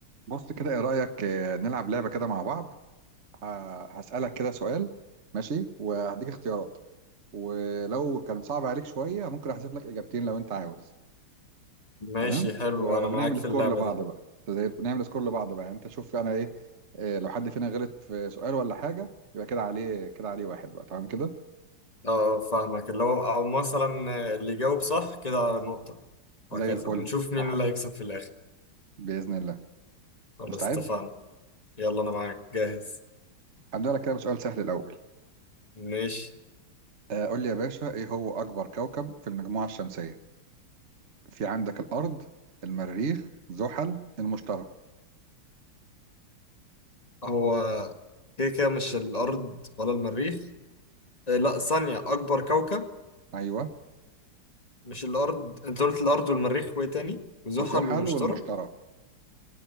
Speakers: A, on the right; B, on the left.
A: بص كده ايه رأيك آه، نلعب لعبة كده مع بعض ه- هسألك كده سؤال ماشي وهديك اختيارات ولو كان صعب عليك شوية ممكن احذف لك اجابتين لو انت عاوز
B: ماشي
A: تمام
B: حلو
A: و...
B: انا معاك
A: ونعمل
B: في
A: سكور
B: اللعبة
A: لبعض
B: دي
A: بقى زي نعمل سكور لبعض بقى يعني انت شوف انا ايه آه، لو حد فينا غلط في سؤال ولا حاجة يبقى كده عليه كده عليه واحد بقى تمام كده
B: اه آه، فاهمك اللي هو او مثلا اللي يجاوب صح كده نقطة
A: زي
B: وهكذا
A: الفل
B: ونشوف
A: صح
B: مين اللي هيكسب في الاخر
A: بإذن الله
B: خلاص
A: مستعد؟
B: اتفقنا يلا انا معاك جاهز
A: هبدأ لك كده بسؤال سهل الأول
B: ماشي
A: آه، قول لي يا باشا ايه هو أكبر كوكب في المجموعة الشمسية في عندك الأرض المريخ زحل المشتري
B: هو كده كده مش الارض ولا المريخ إيه لا ثانية اكبر كوكب
A: أيوه
B: مش الارض انت قلت الارض والمريخ وايه تاني وزحل
A: وزحل
B: ومشتري
A: والمشتري